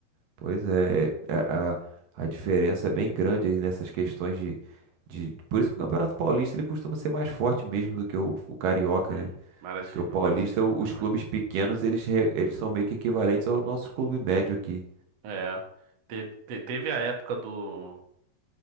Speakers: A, on the right (about 70°); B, on the right (about 55°).
A: Pois é, é, é, a, a diferença é bem grande aí nessas questões de, de. Por isso que o Campeonato Paulista ele costuma ser mais forte mesmo do que o, o Carioca,
B: Sim.
A: né?
B: Mara
A: Porque o Paulista,
B: Mara Sixiro
A: o-
B: também.
A: os clubes pequenos, eles, re- eles são meio que equivalentes ao nosso clube médio aqui.
B: É. Te- te- teve a época do,